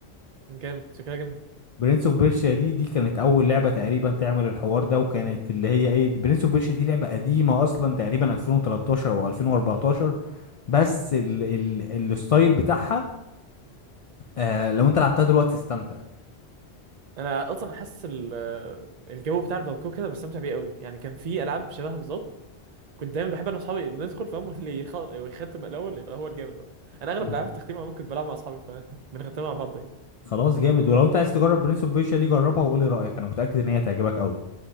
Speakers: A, on the right (about 50°); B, on the left (about 60°).
A: جامد شكلها جامد
B: برنس اوف بيرشيا دي دي كانت اول لعبه تقريبا تعمل الحوار ده وكانت اللي هي ايه برنس اوف بيرشيا دي لعبه قديمه اصلا تقريبا 2013 او 2014 بس ال... ال... الستايل بتاعها آه لو انت لعبتها دلوقتي استمتع
A: انا اصلا حاسس ال- آه، الجو بتاع الباركور كده بستمتع بيه قوي يعني كان في العاب شبهها بالظبط كنت دايما بحب انا واصحابي ندخل فاهم اللي يخ- يختم الاول يبقى هو الجامد بقى انا اغلب
B: مم.
A: العاب التختيم عموما كنت بلعب مع اصحابي فبنختمها <laughs> مع بعض يعني
B: خلاص جامد ولو انت عايز تجرب برنس اوف بيرشيا دي جربها وقولي رأيك انا متأكد ان هي تعجبك قوي